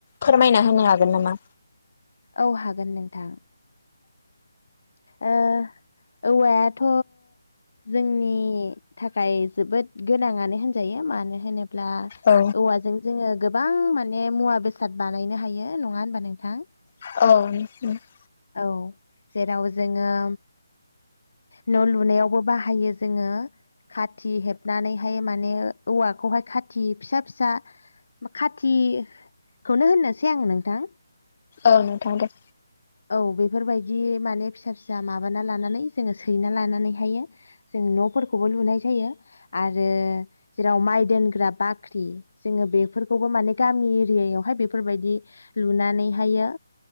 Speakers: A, on the left; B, on the left.
A: फोरमायना होनो हागोन नामा?
B: औ हागोन नोंथां ओ औवायाथ' जोंनि थाखाय जोबोद गोनांआनो होनजायो मानो होनोब्ला
A: औ
B: औवाजों जोंङो गोबां माने मुवा बेसाद बानायनो हायो नंङा होनबा नोंथां
A: औ
B: औ जेराव जोंङो न' लुनायावबो बाहायो जोंङो खाथि हेबनानैहाय माने औवाखौहाय खाथि फिसा फिसा खाथिखौनो होननोसै आंङो नोंथां
A: औ नोंथां दे
B: औ बेफोरबायदि माने फिसा फिसा माबाना लानानै जोंङो सैना लानानैहायो जों न'फोरखौबो लुनाय जायो आरो जेराव माइ दोनग्रा बाख्रि जोङो बेफोरखौबो माने गामि एरियावहाय बेफोरबायदि लुनानैहायो